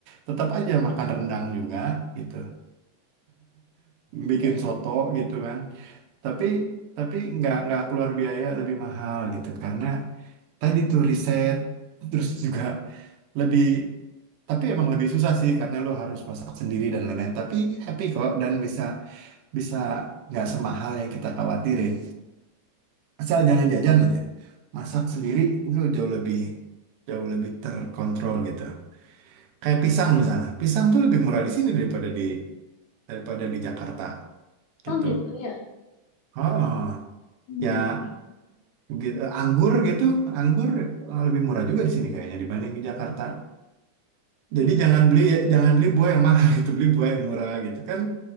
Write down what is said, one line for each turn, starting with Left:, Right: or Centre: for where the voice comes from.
Right: tetap aja makan rendang juga gitu. Bikin
Left: Eh,
Right: soto gitu kan. Tapi tapi nggak nggak keluar biaya lebih mahal gitu karena tadi tuh riset terus juga lebih Tapi emang lebih susah sih karena lo harus masak sendiri dan lain-lain. Tapi happy kok dan bisa bisa nggak semahal yang kita khawatirin. Asal jangan jajan aja. Masak sendiri itu jauh lebih jauh lebih terkontrol gitu. Kayak pisang misalnya. Pisang tuh lebih murah di sini daripada di daripada di Jakarta gitu.
Left: Oh gitu ya.
Right: Oh,
Left: Hmm,
Right: ya
Left: iya,
Right: gitu. Anggur gitu, anggur eh, lebih murah juga di sini kayaknya dibanding di Jakarta. Jadi jangan beli jangan beli buah yang mahal <laughs> gitu, beli buah yang murah gitu kan